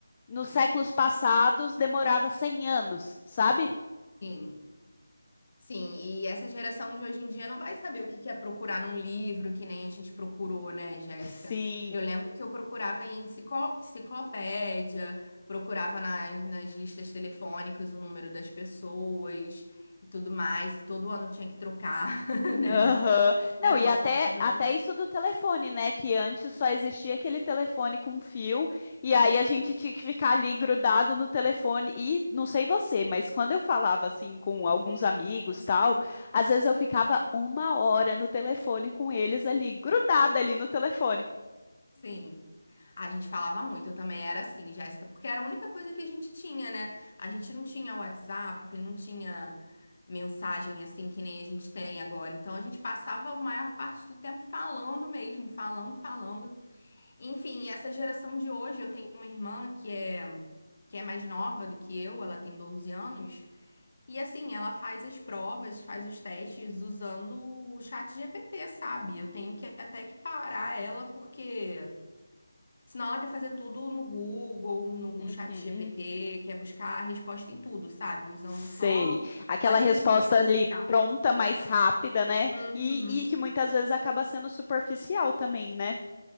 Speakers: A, on the left; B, on the left.
A: nos séculos passados demorava 100 anos, sabe?
B: Sim. Sim, e essa geração de hoje em dia não vai saber o que que é procurar num livro, que nem a gente procurou, né, Jéssica?
A: Sim,
B: Eu lembro que eu procurava em enciclo- enciclopédia, procurava nas, nas listas telefônicas o número das pessoas e tudo mais, e todo ano tinha que trocar, <laughs> né?
A: Aham. Não,
B: Era
A: e
B: uma
A: até,
B: confusão.
A: até isso do telefone, né? Que antes só existia aquele telefone com fio, e aí a gente tinha que ficar ali grudado no telefone. E não sei você, mas quando eu falava assim com alguns amigos, tal, às vezes eu ficava uma hora no telefone com eles ali, grudada ali no telefone.
B: Sim. A gente falava muito, eu também era assim, Jéssica, porque era a única coisa que a gente tinha, né? A gente não tinha WhatsApp, não tinha mensagem assim que nem a gente tem agora. Então a gente passava a maior parte do tempo falando mesmo, falando, falando. Enfim, essa geração de hoje, eu tenho uma irmã que é que é mais nova do que eu, ela tem 12 anos, e assim, ela faz as provas, faz os testes usando o chat GPT, sabe? Eu tenho que até que parar ela porque Senão ela quer fazer tudo no Google, no
A: Uhum,
B: chat GPT, quer buscar a resposta em tudo, sabe? Usando
A: sei.
B: só,
A: Aquela
B: só inteligência
A: resposta
B: artificial.
A: ali pronta, mais rápida, né?
B: Uhum.
A: E, e que muitas vezes acaba sendo superficial também, né?